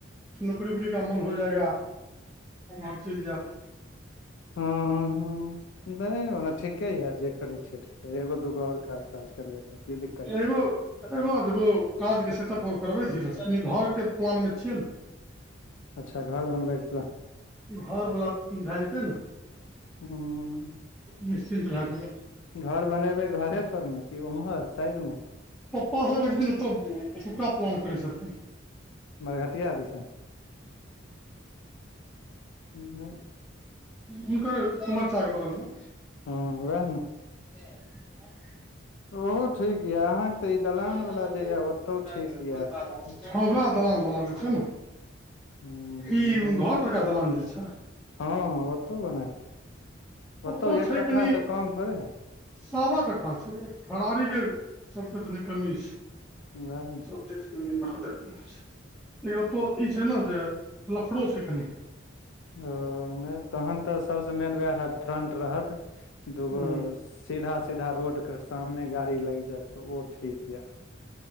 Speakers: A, in the centre; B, on the left.
A: नौकरी उकरी का मन हो जाएगा आर चैल जाउ
B: हँ हँ हँ नहि ओने ठीके यऽ जे करै छी। अच्छा ठ एगो दुगो आओर काज ताज करबै तऽ की दिक्कत
A: एगो
B: छै।
A: एगो अधगो काजके सेटप आओर करबै धीरे कनि घरके प्लानमे छियै ने
B: अच्छा घर बनबैके
A: घर वला चीज भए जेतै ने
B: हुँ
A: निश्चिन्त भए कऽ
B: घर बनेबे घरे पर ने की उम्हर साइड मे
A: पप्पा सब <unintelligible> रहै छथिन ओतऽ ओतुका प्लान करै छथिन।
B: मर घाटिया दिशा नहि।
A: हुनकर कुमार चाह के बगल मे
B: हँ वएह
A: ह <inaudible>
B: ओहो ठीक यऽ तऽ ई दलान
A: <inaudible> हँ
B: वाला जे यऽ ओतौ ठीक यऽ
A: उएह
B: एतऽ
A: दलान बला जे छै ने।
B: हूँ
A: ई
B: दुन
A: घर पर कऽ दलान जे छै
B: हँ ओतहु बना
A: ओतौ
B: ओतहु एक
A: छै
B: कट्ठा
A: कनि
B: से कम थोड़े
A: सावा कट्ठा छै ओ फरारी के सबके तनी कमी छै
B: वएह ने
A: सब चीज महादेवने ई छै ने जे लफड़ो छै कनि
B: ओ नहि तहन तऽ सबसँ मेन उएह रहत फ्रंट रहत दूगो
A: ह
B: सीधा सीधा रोड के सामने गाड़ी लाग जायत तऽ ओ ठीक यऽ